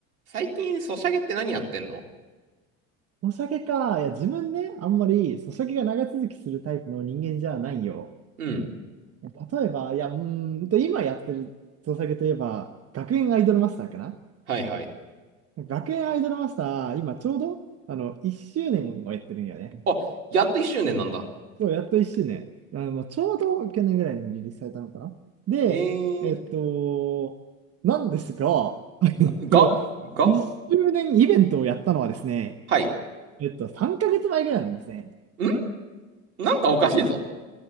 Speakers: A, on the right; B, on the right.
A: 最近、ソシャゲって何やってんの
B: お酒か。いや、自分ね、あんまり、そうお酒が長続きするタイプの人間じゃないよ。
A: うん。
B: 例えば、いや、うーんと、今やってるお酒といえば、学園アイドルマスターかな。
A: はいはい。
B: 学園アイドルマスター、今ちょうど、あの、1周年をやってるんよね。
A: あ、やっと1周年なんだ。
B: そう、やっと1周年。あの、まちょうど去年ぐらいにリリースされたのかな。で、
A: へ
B: えっと、
A: え。
B: なんですが、<laughs>
A: な、
B: えっと、
A: が、が
B: 1周年イベントをやったのはですね、
A: はい。
B: えっと、3ヶ月前ぐらいなんですね。
A: んなんかおかしいぞ。